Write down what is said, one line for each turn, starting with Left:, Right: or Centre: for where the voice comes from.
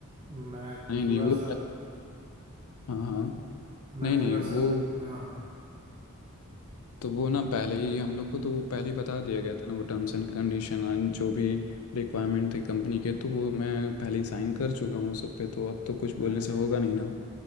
Right: मैं
Left: नहीं
Right: थोड़ा
Left: नहीं वो
Right: सा
Left: हाँ हाँ
Right: मैं
Left: नहीं नहीं
Right: थोड़ा
Left: वो
Right: सा हाँ हाँ
Left: तो वो ना पहले ही हम लोग को तो वो पहले ही बता दिया गया था ना वो टर्म्स एंड कंडीशन एंड जो भी रिक्वायरमेंट थी कंपनी के तो वो मैं पहले ही साइन कर चुका हूँ उस सब पे तो अब तो कुछ बोलने
Right: अरे
Left: से होगा नहीं ना